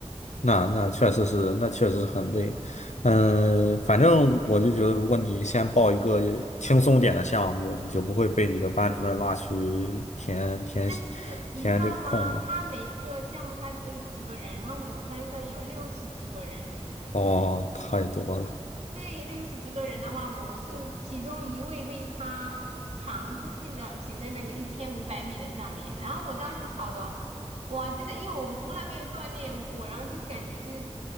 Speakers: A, on the left; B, on the right.
A: 那那确实是，那确实是很累。嗯，反正我就觉得，如果你先报一个轻松点的项目，你就不会被你的班主任拉去填填
B: 但是你知道吗？
A: 填这个空了。
B: 他每个项目他只有几个人，然后我们班上有六十几个人，
A: 哦，太多了。
B: 对，六十几个人的话，我是其中一位被他强制性的写在那个一千五百米的下面，然后我当时跑的，哇，真的，因为我们从来没有锻炼过，然后就是感觉就是